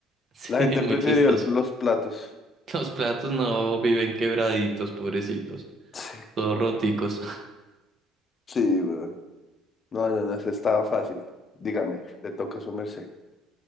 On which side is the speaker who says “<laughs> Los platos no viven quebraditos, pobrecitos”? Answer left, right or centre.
Right